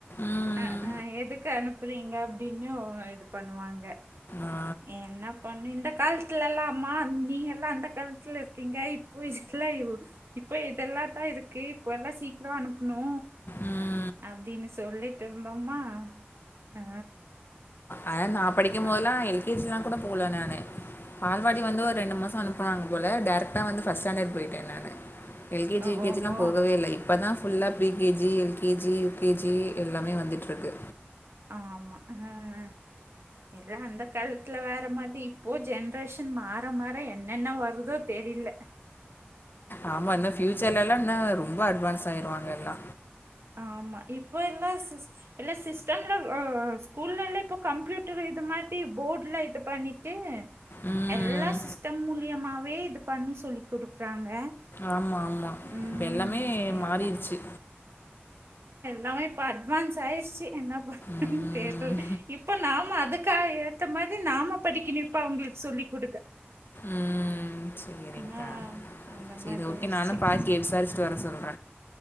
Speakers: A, on the left (about 55°); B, on the right (about 70°).
A: ம்.
B: அ அ எதுக்கு அனுப்புறீங்க அப்படின்னு இது பண்ணுவாங்க
A: ஆ.
B: என்ன பண்ணு இந்த காலத்துல எல்லா ஆமா நீங்க எல்லாம் அந்த காலத்துல இருக்கீங்க இப்போ இல இப்ப இதெல்லா தான் இருக்கு இப்ப எல்லா சீக்கிர அனுப்ணு
A: ம்.
B: அப்டினு சொல்லிட்டு இருந்தோமா ஆ
A: அதெ
B: சரி
A: நான் படிக்கும்போதெல்லா
B: ஆ
A: எல்கேஜிலா கூட போல நானு பால்வாடி வந்து ஒரு ரெண்டு மாசொ அனுப்பனாங்க போலெ டேரக்டா வந்து ஃபஸ்ட் சாண்டட் போய்ட்டே நானு எல்கஜியுகேஜிலா
B: ஆ ஓஹோ
A: போகவே இல்லெ இப்பதா ஃபுல்லா பிரிகேஜி எல்கேஜி யுகேஜி எல்லாமே வந்துட்ருக்கு
B: ஆமா ஆ ஆ எல்லா அந்த காலத்ல வேற மாரி இப்போ ஜென்ரேஷன் மாற மாற என்னென்ன வருதோ தெ தெரில்ல
A: ஆமா இன்னு ஃபியூச்சர்ல எல்லா இன்னு ரொம்ப அட்வான்ஸ் ஆயிருவாங்க எல்லா
B: ஆமா இப்போ எல்லா எல்லா சிஸ்டம்ல ஸ்கூல்லெல்ல இப்ப கம்ப்யூட்டர் இது மாரி த்தி போடுல இது பண்ணிட்டு
A: ம்
B: எல்லா சிஸ்டம் மூலியமாவே இது பண்ணி சொல்லி் குடுக்குறாங்க
A: ஆமா ஆமா
B: ம்
A: ப்ப எல்லாமே மாறிர்ச்சு
B: எல்லாம் நம இப்ப அட்வான்ஸ் ஆயிர்சு என்ன பண்
A: ம்
B: தெரில இப்ப நாம அதுக்கா ஏத்த மா தி அது நாம படிக்கணு இப்ப அவங்ளுக்கு சொல்லி் குடுக்க
A: ம் சரிங்கக்கா
B: ஆ அந்த
A: சரி
B: மாதிரி
A: ஓகே
B: ஆயிடுச்சு
A: நானு பார்கெ
B: ம்
A: விசாரிச்சுட்டு வர சொல்ற